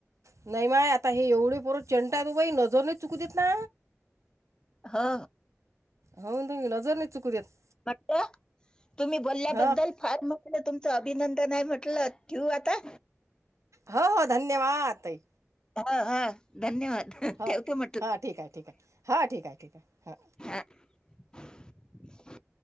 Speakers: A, on the right; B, on the left.
A: नाही माय आता हे एवढे परोरत चंटा आहे तो बाई नजरने चुकू देत ना
B: हा
A: हो ती नजर नाही चुकू द्यात
B: म्हणता तुम्ही बोलल्याबद्दल
A: हं
B: फार मोठ तुमच अभिनंदन आहे म्हटलं ठेवू आता
A: हो हो धन्यवाद तई
B: हा हा धन्यवाद
A: हा
B: ठेवते म्हटलं
A: हा ठीक आहे ठीक आहे हा ठीक आहे ठीक आहे
B: ह
A: हां